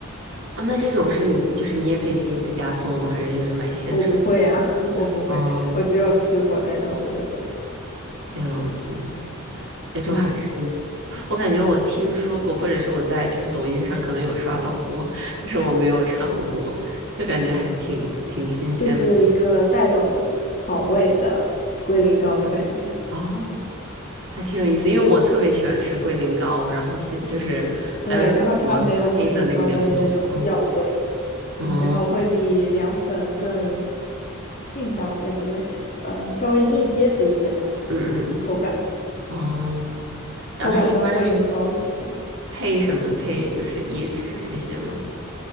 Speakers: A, on the right (about 65°); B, on the left (about 40°).
A: 啊，那这种是你就是你也可以自己在家做吗？还是就是买现成的？
B: 我不会呀、<laughs> 我不会，
A: 哦，
B: 我只有吃过，但是我不会做。
A: 这样子，那就还是
B: 嗯，
A: 我感觉我听说过，或者是我在就是抖音上可能有刷到过，但是我没有尝过，就感觉还挺挺新鲜的。
B: 就是一个带有草味的龟苓膏的感觉。
A: 哦，还挺有意思，因为我特别喜欢吃龟苓膏，然后现就是还有那个什么黑的那个凉豆，
B: 对，然后它没有龟苓膏的那种药味。
A: 嗯，哦，
B: 然后会比凉粉更劲道，也不对，嗯，稍微硬结实一点吧，
A: 嗯嗯，
B: 口感
A: 哦，然后它一般是
B: 口感跟龟苓膏很像，
A: 配什么？配就是椰汁这些吗？